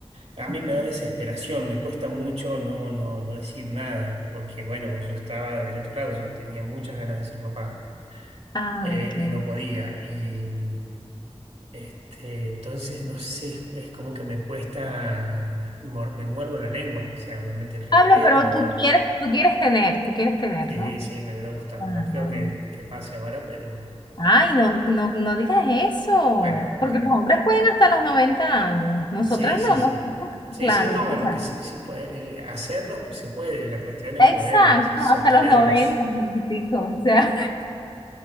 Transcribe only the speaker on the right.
A mí
me da desesperación, me cuesta mucho no, no, no decir nada, porque bueno, yo estaba del otro lado, yo tenía muchas ganas de ser papá.
eh,
y no podía. Y mm, este, entonces, no sé, es como que me cuesta, mor- me muerdo la lengua, o sea, obviamente el respeto
y
todo.
Sí,
sí, me hubiera gustado.
No creo que, que pase ahora, pero
bueno,
ojalá.
Sí, sí,
sí.
Sí,
sí, no,
bueno,
lo que sí, sí puede, eh, hacerlos pues, se puede, la cuestión es
poder sostenerlos.